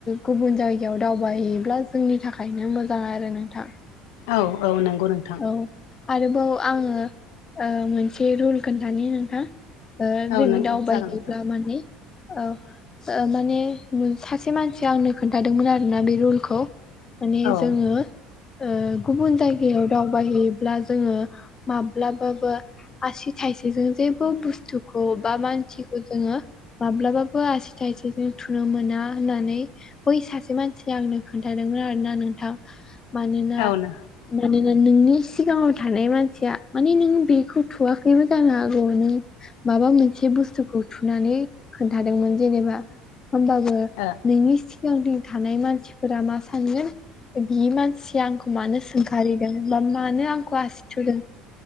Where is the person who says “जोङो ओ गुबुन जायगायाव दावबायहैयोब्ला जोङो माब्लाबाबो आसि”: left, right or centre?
Left